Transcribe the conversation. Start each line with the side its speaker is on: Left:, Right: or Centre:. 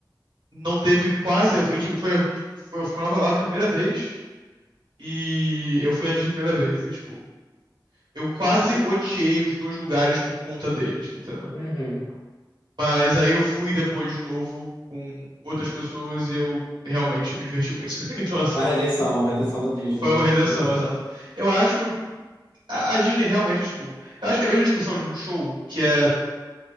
Right: não teve quase, eu fui, a gente foi, foi, foi pra Nova York a primeira vez e eu fui à Disney a primeira vez. E, tipo, eu quase odiei os dois lugares por conta deles, entendeu?
Left: Uhum.
Right: Mas aí eu fui depois de novo com outras pessoas e eu realmente me diverti muito. <laughs> Então, assim,
Left: A redenção, a redenção da Disney.
Right: foi uma redenção,
Left: Hum.
Right: exato. Eu acho. A, a Disney realmente é tipo. Eu acho que é a mesma discussão de um show, que é.